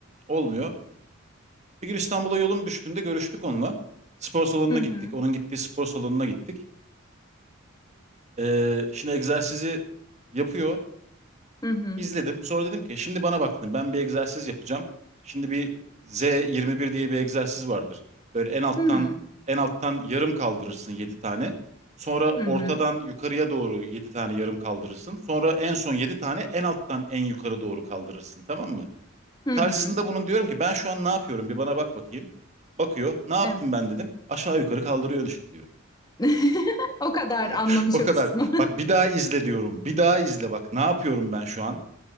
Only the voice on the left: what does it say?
Hı
hı,
hı hı,
hı
hı,
hı
hı.
Evet.
<laughs> O kadar anlamış
o kısmı.